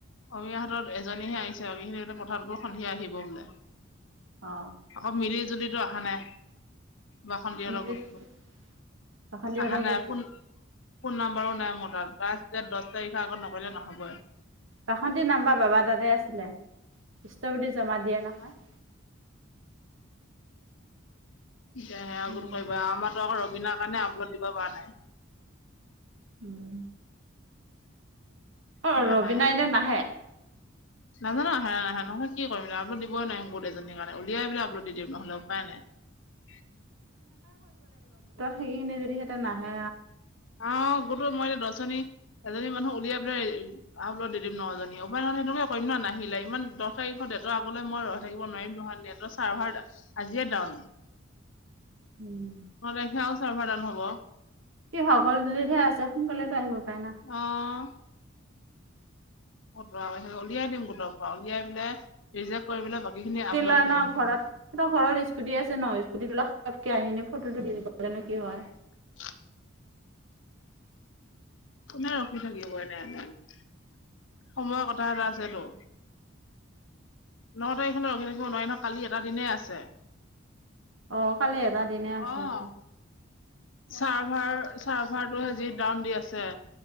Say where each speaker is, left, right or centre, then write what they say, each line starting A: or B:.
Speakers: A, on the left (about 70°); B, on the right (about 75°).
A: অমীয়া হাতত এজনীহে আহিছে, বাকীখিনি পথাৰত গ-সন্ধিয়া আহিব বোলে।
B: অ
A: আকৌ মিলি, জুলিতো আহা নাই। বাসন্তীহঁতৰ
B: মিলি
A: গোটটো।
B: জুলি বাসন্তীহঁতৰ
A: আহা নাই,
B: গোটটো
A: ফোন ফোন নাম্বাৰো নাই মোৰ তাত। লাষ্ট দহ তাৰিখৰ আগত নকৰিলে নহ'ব।
B: বাসন্তীৰ নাম্বাৰ বাবাৰ তাতেই আছিলে, ষ্টবিটি জমা দিয়ে নহয়।
A: এতিয়া সে আগত
B: উম,
A: কৰিবা আৰু আমাৰতো আকৌ ৰবিনৰাৰ কাৰণে আপল'ড দিব পৰা নাই।
B: উম। অ'
A: সি
B: ৰবিনা
A: আহাই নাই
B: এতিয়া নাহে?
A: নাজানো আহে নে নাহে কি কৰিম আপলোড দিবই নোৱাৰিম, গোতেজনীৰ কাৰনে উলিয়াই মেলি আপলোড দিম নহ'লে উপায় নাই। <unintelligible>
B: সেইখিনি যদি সিহঁতে নাহে
A: অ' গোটো মই দছজনী এজনী মানুহ উলিয়াই পেলাই আপল'ড দি দিম। নজনী উপায় নহয় সেইটোকে কৰিম নাহিলে ইমান দহ তাৰিখত নেটৰ আগলৈ মই ৰৈ থাকিব নোৱাৰিম নহয়, নেটৰ চাৰ্ভাৰ আজিয়ে ডাউন।
B: উম,
A: ন' তাৰিখে আৰু চাৰ্ভাৰ ডাউন হ'ব।
B: হীসকল দুজনী হে আছে, সোনকালেটো আহিব পাৰে না
A: অ'। অতৰা বাহিলে উলিয়াই দিম গোটৰ পৰা, উলিয়াই পেলাই ৰিজেক্ত কৰি পীনেই বাকীখিনি আপলোড
B: টিলৈ
A: দিম
B: ন' ঘৰত ঘৰত স্কুটি আছে ন' স্কুটিটোলৈ ফটকে আহি ফটোটো দি দিব পাৰে নে কি হয়।
A: <inaudible> কোনে ৰখি থাকিব এনে এনে। সময়ৰ কথা এটা আছেতো। ন' তাৰিখলৈ ৰখি থাকিব নোৱাৰি ন' কালি এটা দিনে আছে।
B: অ' কালি এটা দিনে আছে
A: অ',
B: আকৌ।
A: চাৰ্ভাৰ চাৰ্ভাৰটো যিহে ডাউন দি আছে।